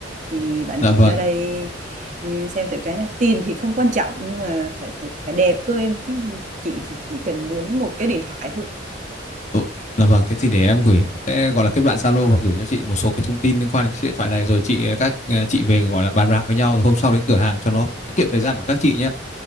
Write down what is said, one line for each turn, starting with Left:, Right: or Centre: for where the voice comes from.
Right: thì bạn
Left: là
Right: chị
Left: vâng.
Right: ra đây ừm, xem thử cái này tiền thì không quan trọng nhưng mà phải phải phải đẹp cơ em chứ chị thì chỉ cần muốn một cái điện thoại thôi
Left: Ừ, Là vâng, thế thì để em gửi sẽ gọi là kết bạn Zalo và gửi cho chị một số cái thông tin liên quan đến chiếc điện thoại này rồi chị các ờ, chị về gọi là bàn bạc với nhau rồi hôm sau đến cửa hàng cho nó tiết kiệm thời gian của các chị nhé.